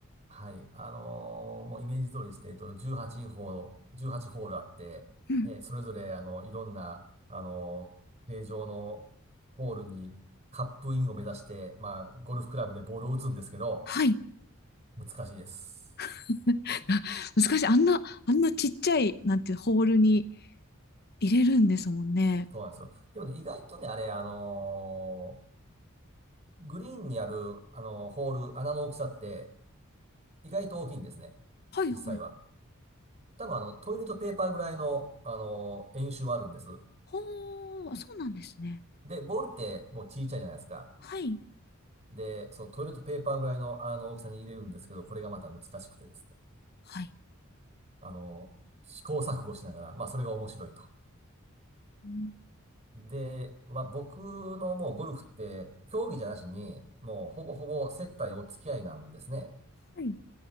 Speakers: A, on the right; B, on the left.
A: はい。あのーもうイメージ通りして、えっと、18ホール、18ホールあって、
B: うん。
A: えーそれぞれ、あの、いろんな、あのー形状のホールにカップインを目指して、まあ、ゴルフクラブでボールを打つんですけど、
B: はい。
A: 難しいです。
B: <laughs> 難しい。あんな、あんなちっちゃい、なんて、ホールに入れるんですもんね。
A: そうなんですよ。でもね、意外とね、あれ、あのーグリーンにある、あのーホール、穴の大きさって、意外と大きいんですね。
B: はいはい。
A: 実際は。多分、あの、トイレットペーパーぐらいの、あのー円周はあるんです。
B: ほー、そうなんですね。
A: で、ボールってもう小さいじゃないですか。
B: はい。
A: で、そのトイレットペーパーぐらいの、あの大きさに入れるんですけど、これがまた難しくてですね。
B: はい。
A: あの、試行錯誤しながら、まあそれが面白いと。
B: うん
A: で、まあ僕のもうゴルフって、競技じゃなしに、もうほぼほぼ接待お付き合いなんですね。
B: はい。うん